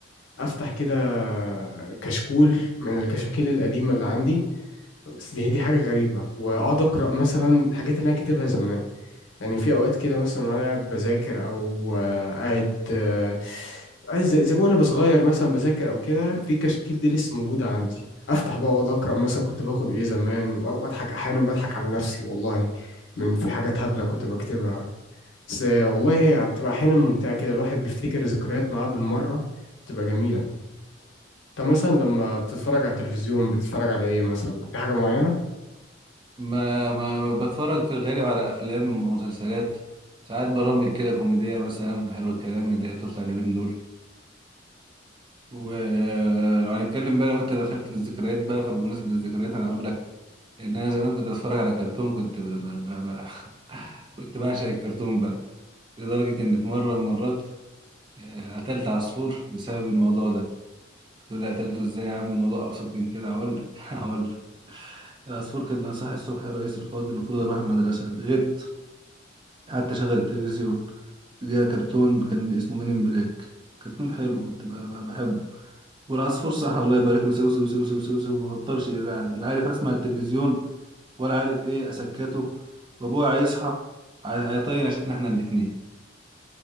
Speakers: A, on the left; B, on the right.
A: أفتح كده كشكول من الكشاكيل القديمة اللي عندي بس دي هي دي حاجة غريبة وأقعد أقرأ مثلا الحاجات اللي أنا كاتبها زمان يعني في اوقات كده مثلا وانا قاعد بذاكر او آه، قاعد آه، عايز زي زي ما وانا صغير مثلا بذاكر او كده في كشاكيل دي لسه موجوده عندي افتح بقى واقعد اقرا مثلا كنت باخد ايه زمان و- واضحك احيانا بضحك على نفسي والله من في حاجات هبله كنت بكتبها بس آه، والله هي بتبقى احيانا ممتعه كده الواحد بيفتكر ذكريات معاه بالمره بتبقى جميله انت مثلا لما بتتفرج على التلفزيون بتتفرج على ايه مثلا في حاجه معينه
B: ما ما بتفرج في الغالب على افلام ومسلسلات ساعات برامج كده كوميدية مثلا حلو الكلام اللي هي بتطلع اليومين دول ولو هنتكلم بقى لو انت دخلت في الذكريات بقى فبمناسبة الذكريات انا اقول لك ان انا زمان كنت بتفرج على كرتون كنت ب... ب... ب... ب... <laughs> كنت بعشق الكرتون بقى لدرجة ان في مرة من المرات آه، قتلت عصفور بسبب الموضوع ده تقول لي قتلته ازاي يا عم الموضوع ابسط من كده هقول لك <laughs> هقول لك العصفور كان صاحي الصبح يا رئيس الفاضل المفروض اروح المدرسة غبت قعدت اشغل التلفزيون جه كرتون كان اسمه مين ان بلاك كرتون حلو كنت ب- ب- بحبه والعصفور صح الله يبارك له سو سو سو سو سو سو ما بطلش يزعل لا عارف اسمع التلفزيون ولا عارف ايه اسكته وابويا هيصحى هي- هيطين عشتنا احنا الاتنين